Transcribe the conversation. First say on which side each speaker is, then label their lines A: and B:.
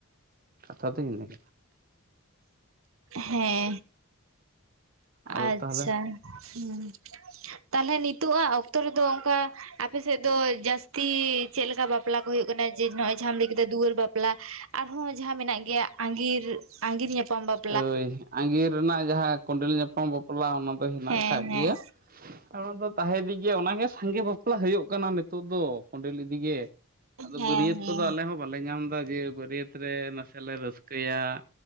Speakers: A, on the right; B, on the right.
A: ᱠᱟᱛᱷᱟ ᱫᱚ <unintelligible>
B: ᱦᱮᱸ,
A: ᱟᱫᱚ
B: ᱟᱪᱼᱪᱷᱟ
A: ᱛᱟᱦᱚᱞᱮ
B: ᱦᱩᱸ ᱾ ᱛᱟᱦᱞᱮ ᱱᱤᱛᱚᱜ ᱟᱜ ᱚᱠᱛᱚ ᱨᱮᱫᱚ ᱚᱱᱠᱟ ᱟᱯᱮ ᱥᱮᱫ ᱫᱚ ᱡᱟᱹᱟᱥ ᱛᱤ ᱪᱮᱫ ᱞᱮᱠᱟ ᱵᱟᱯᱞᱟ ᱠᱚ ᱦᱩᱭᱩᱜ ᱠᱟᱱᱟ ᱡᱮ ᱱᱚᱜᱼᱚᱭ ᱡᱟᱦᱟᱸᱢ ᱞᱟᱹᱭ ᱠᱮᱫᱟ ᱫᱩᱣᱟᱹᱨ ᱵᱟᱯᱞᱟ ᱟᱨᱦᱚᱸ ᱡᱟᱦᱟᱸ ᱢᱮᱱᱟᱜ ᱜᱮᱭᱟ ᱟᱸᱜᱤᱨ ᱟᱸᱜᱤᱨ ᱧᱟᱯᱟᱢ <unintelligible>
A: ᱟᱹᱭ ᱟᱸᱜᱤᱨ ᱨᱮᱱᱟᱜ ᱡᱟᱦᱟᱸ ᱠᱳᱸᱰᱮᱞ ᱧᱟᱯᱟᱢ ᱵᱟᱯᱞᱟ ᱚᱱᱟ ᱫᱚ ᱦᱮᱱᱟᱜ
B: ᱦᱮᱸ
A: ᱠᱟᱜ ᱜᱤᱭᱟ
B: ᱦᱮᱸ
A: ᱾ ᱚᱱᱟ ᱫᱚ ᱛᱟᱦᱮᱸ ᱤᱫᱤᱜ ᱜᱮᱭᱟ ᱚᱱᱟ ᱜᱮ ᱥᱟᱸᱜᱮ ᱵᱟᱯᱞᱟ ᱦᱩᱭᱩᱜ ᱠᱟᱱᱟ ᱱᱤᱛᱳ ᱫᱚ, ᱠᱳᱸᱰᱮᱞ ᱤᱫ ᱤᱭᱟᱜᱤ ᱟᱫᱚ
B: ᱦᱮᱸ
A: ᱵᱟᱹᱨᱭᱟᱹᱛ
B: ᱦᱮᱸ
A: ᱠᱚᱫᱚ ᱟᱞᱮ ᱦᱚᱸ ᱵᱟᱞᱮ ᱧᱟᱢ ᱮᱫᱟ ᱡᱮ ᱵᱟᱹᱨᱭᱟᱹᱛ ᱨᱮ ᱱᱟᱥᱮ ᱞᱮ ᱨᱟᱹᱥᱠᱟ ᱨᱤᱠᱟᱹᱭᱟ